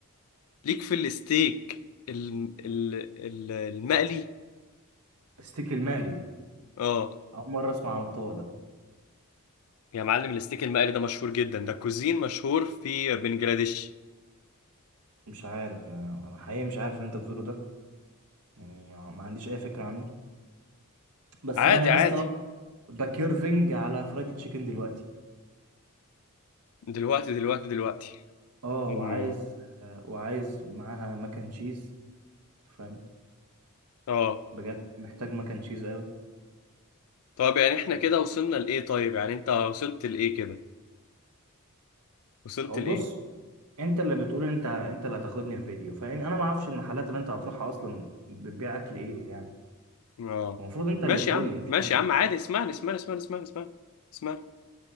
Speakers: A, on the left; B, on the right.
A: ليك في الستيك ال... ال... ال... المقلي
B: الستيك المقلي
A: اه
B: أول مرة أسمع عن الطبق ده
A: يا معلم الستيك المقلي ده مشهور جدا ده كوزين مشهور في بنجلاديش
B: مش عارف آه، أنا حقيقي مش عارف اللي أنت بتقوله ده يعني ما عنديش أي فكرة عنه بس
A: عادي
B: أنا
A: عادي
B: يا اسطى بكيرفنج على فرايدي تشيكن دلوقتي
A: دلوقتي دلوقتي دلوقتي
B: أه
A: امم
B: وعايز آه، وعايز معاها مكن تشيز فاهم
A: اه
B: بجد محتاج مكن تشيز أوي
A: طب يعني احنا
B: آه،
A: كده وصلنا لايه طيب يعني انت وصلت لايه كده وصلت
B: هو
A: لايه
B: بص انت اللي بتقول انت انت اللي هتاخدني في فيديو فانا ما اعرفش المحلات اللي انت هتروحها اصلا بتبيع اكل ايه يعني
A: اه
B: المفروض انت
A: ماشي
B: اللي تقول
A: يا عم
B: لي مش
A: ماشي
B: انا
A: يا عم عادي اسمعني اسمعني اسمعني اسمعني اسمعني اسمعني